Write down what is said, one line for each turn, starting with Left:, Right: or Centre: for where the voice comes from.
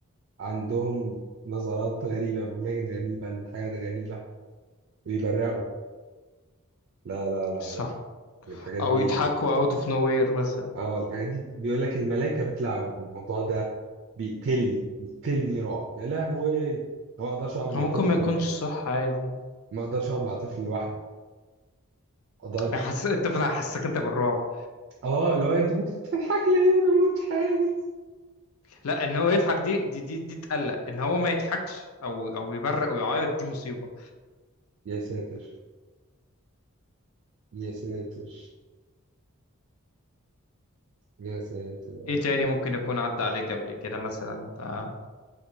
Right: عندهم نظرات غريبة بأماكن غريبة لحاجات غريبة ويبرقوا لا لا لا
Left: مش صح
Right: لا الحاجات
Left: او
Right: دي
Left: يضحكوا اوت اوف نو وير مثلا
Right: اه الحاجات دي بيقول لك الملايكة بتلعبه الموضوع ده بيقتلني بيقتلني رعب يا لهوي أنا ما اقدرش اقعد مع
Left: هو ممكن
Right: طفل
Left: ما يكونش صح عادي يعني
Right: ما اقدرش اقعد مع طفل لوحدي ما اقدرش
Left: بحس انت حسك انت بالرعب
Right: اه لو انت ممكن تضحك ليه انا ما قلتش حاجة
Left: لا ان هو يضحك دي دي دي, دي تقلق ان هو ما يضحكش او او يبرق ويعيط دي مصيبه
Right: يا ساتر يا ساتر يا ساتر
Left: ايه تاني ممكن يكون عدى عليك قبل كده مثلا ده